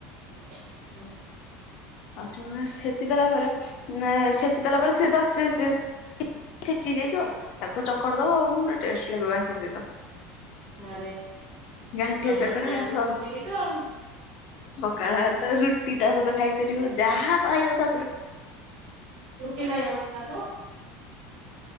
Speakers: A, on the right (about 70°); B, on the left (about 50°).
A: <unintelligible>
B: ରସୁଣ ଟାକୁ ଛେଚି ଦେଲା ପରେ ଛେଚି ଦେଲା ପରେ ସିଏ ତ ଅଛି ଚି ଚି ଛେଚି ହେଇଯାଇଥିବ ତାକୁ ତ ଚକଡ ଦବ ଆଉ ପୁରା ଟଷ୍ଟ ଲାଗିବ ଗାଣ୍ଠିଆ ସହିତ।
A: ଆରେ ସଖାଳ
B: ଗାଣ୍ଠିଆ
A: ର
B: ଚକଡା
A: ଖାଇବା ସବୁ
B: ହ
A: ଶିଖିଚ ଆଉ।
B: ପଖାଳ ଭାତ ରୁଟି ତା ସହିତ ଖାଇପାରିବ ଯାହା ପାଇବ ତା ସହିତ
A: ରୁଟି ଖାଇ ହେବ ତା ସହ?